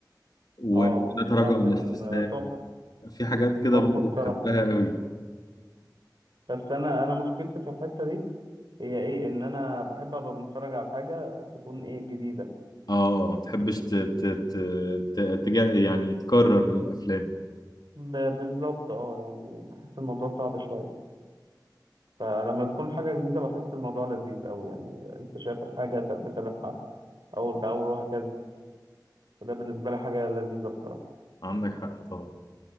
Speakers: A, on the left; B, on the right.
A: وده
B: اه
A: تراجع
B: لا كان
A: ولا استسلام
B: آه، تحفة
A: في حاجات كده
B: تحفة
A: برضه
B: بصراحة
A: بحبها قوي
B: بس انا انا مشكلتي في الحتة دي هي ايه ان انا بحب ابقى متفرج على حاجة تكون ايه جديدة
A: اه ما تحبش ت- ت- ت- ت- تجا- يعني تكرر الافلام
B: ب- بالظبط اه يعني بحس الموضوع صعب شوية فلما تكون حاجة جديدة بحس الموضوع لذيذ أوي يعني أنت شايف الحاجة تب- متابعها أول بأول وهكذا فده بالنسبة لي حاجة لذيذة بصراحة
A: عندك حق طبعا